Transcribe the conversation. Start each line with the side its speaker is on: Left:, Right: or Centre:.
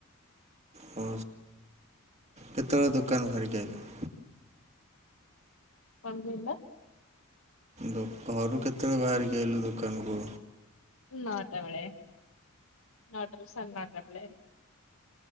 Right: ହଉ କେତେବେଳେ ଦୋକାନ ବାହା <unintelligible>
Left: କଣ କହିଲ?
Right: ଦୋକାନ କୁ କେତେବେଳେ ବାହାରିକି ଆଇଲୁ ଦୋକାନକୁ?
Left: ନଅଟା ବେଳେ ନଅଟା ସାଢ଼େ ନଅଟା ବେଳେ।